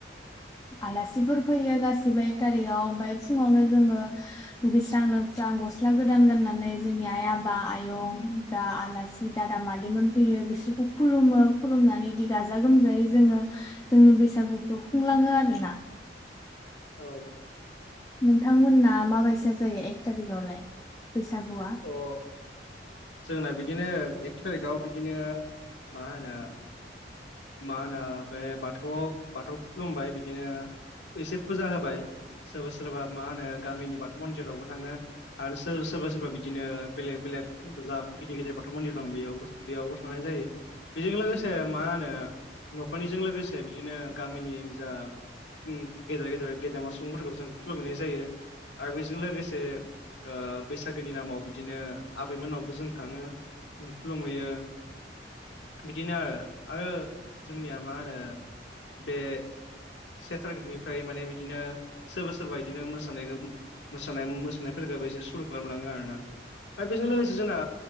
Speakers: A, on the left (about 20°); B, on the left (about 80°).
A: आलासिफोर फैयो गासिबो एक थारिखाव ओमफ्राय फुङावनो जोङो दुगैस्रां लोबस्रां गस्ला गोदान गाननानै जोंनि आइ आफा आयं दा आलासि दादा मादैमोन फैयो बिसोरखौ खुलुमो खुलुमनानै बिदि गाजा गोमजायै जोङो जोंनि बैसागुखौ खुंलाङो आरोना
B: औ
A: नोंथांमोना माबायदि जायो एक थारिकआवलाय बैसागुआ
B: अ जोंना बिदिनो एक थारिखाव बिदिनो मा होनो मा होनो बे बाथौआव बाथौ खुलुमबाय बिदिनो एसे फुजा होबाय सोरबा सोरबा मा होनो गामिनि बाथौ मन्दिरावबो थाङो आरो सोर सोरबा सोरबा बिदिनो बेलेग बेलेग जा गिदिर गिदिर बाथौ मन्दिर दं बेयाव बेयावबो थांनाय जायो बेजों लोगोसे मा होनो न'खरनिजों लोगोसे बिदिनो गामिनि जा गेदेर गेदेर गेदेमा सुबुंफोरखौबो जों खुलुम मोननाय जायो आरो बेजों लोगो - से ओ बैसागोनि नामाव बिदिनो आबैमोननावबो जों थाङो खुलुमहैयो बिदिनो आरो आरो जोंनिया मा होनो बे से थारिगिटनिफ्राय माने बिदिनो सोरबा सोरबा इदिनो मोसानायखौ मसानाय मोसानायफोरखौबो एसे सुरु खालामलाङो आरोना दा बेजों लोगोसे जोंङो